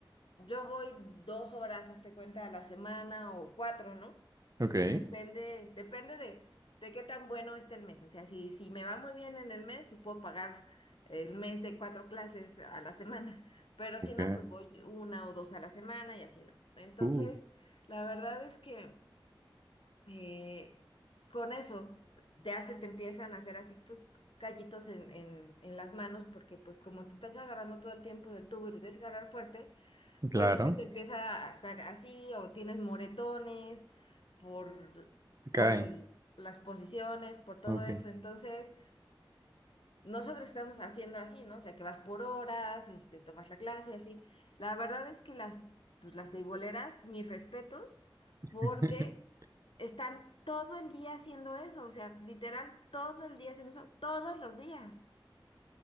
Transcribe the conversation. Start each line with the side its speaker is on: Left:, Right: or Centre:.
Left: yo voy dos horas, hazte cuenta, a la semana o cuatro, ¿no?
Right: Ok.
Left: Depende, depende de, de qué tan bueno esté el mes. O sea, si, si me va muy bien en el mes, pues puedo pagar el mes de cuatro clases a la semana. <laughs> Pero si
Right: Ok.
Left: no, pues voy una o dos a la semana y así no. Entonces,
Right: Uh.
Left: la verdad es que eh, con eso ya se te empiezan a hacer así, pues, callitos en, en, en las manos, porque pues como te estás agarrando todo el tiempo del tubo y te tienes que agarrar fuerte,
Right: Claro,
Left: pues sí se te empieza a hacer así o tienes moretones por,
Right: se caen.
Left: por l- las posiciones, por todo
Right: Ok.
Left: eso. Entonces, nosotros estamos haciendo así, ¿no? O sea, que vas por horas, este, tomas la clase, así. La verdad es que las, pues, las teiboleras, mis respetos, porque
Right: <laughs>
Left: están todo el día haciendo eso, o sea, literal, todo el día haciendo eso, todos los días.